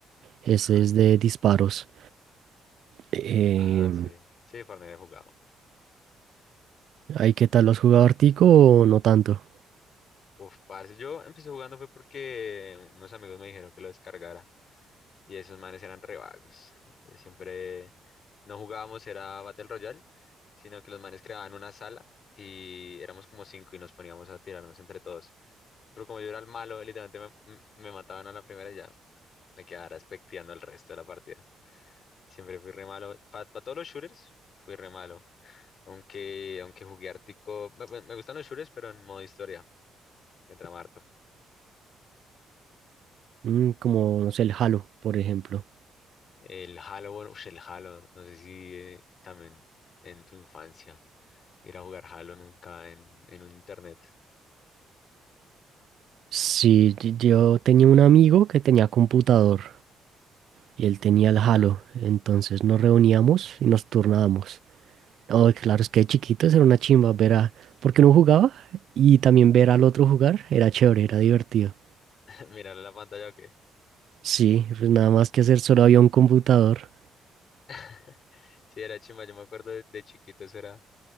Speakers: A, on the right (about 70°); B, on the left (about 55°).
A: Ese
B: <laughs>
A: es de disparos. Em,
B: Ah, sí. Sí, Fortnite he jugado.
A: ¿ahí qué tal? ¿Lo has jugado Artico o no tanto?
B: Uf, parce, yo empecé jugando fue porque unos amigos me dijeron que lo descargara y esos manes eran re vagos. Entonces siempre no jugábamos, era Battle Royale, sino que los manes creaban una sala y éramos como cinco y nos poníamos a tirarnos entre todos. Pero como yo era el malo, literalmente me, m- me mataban a la primera y ya me quedara expecteando el resto de la partida. Siempre fui re malo. Para todos los shooters, fui re malo. Aunque, aunque jugué Ártico, me, me me gustan los shooters, pero en modo historia, me trama harto.
A: Mm, como, no sé, el Halo, por ejemplo.
B: El Halo, bueno, ush, el Halo, no sé si eh, también en tu infancia ir a jugar Halo nunca en, en un internet.
A: Sí, y- yo tenía un amigo que tenía computador y él tenía el Halo.
B: Ah,
A: Entonces nos reuníamos y nos turnábamos. Oh, claro, es que de chiquitos era una chimba ver a... Porque uno jugaba y también ver al otro jugar era chévere, era divertido.
B: <laughs> Mirar la pantalla o qué.
A: Sí, pues nada más que hacer, solo había un computador.
B: <laughs> Sí, era chimba, yo me acuerdo de, de chiquito, eso era,